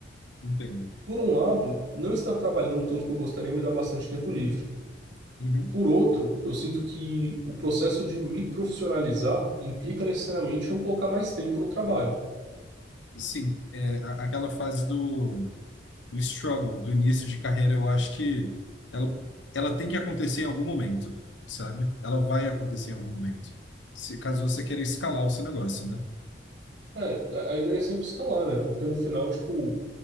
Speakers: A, on the left; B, on the right.
A: Entendo.
B: Por um lado, não estar trabalhando o tanto que eu gostaria me dá bastante tempo livre.
A: Uhum.
B: Por outro, eu sinto que o processo de me profissionalizar implica necessariamente eu colocar mais tempo no trabalho.
A: Sim, é a- aquela fase do. o struggle do início de carreira, eu acho que ela, ela tem que acontecer em algum momento, sabe? Ela vai acontecer em algum momento. Se, caso você queira escalar o seu negócio, né?
B: É, a a ideia é sempre escalar, né? Porque no final, tipo,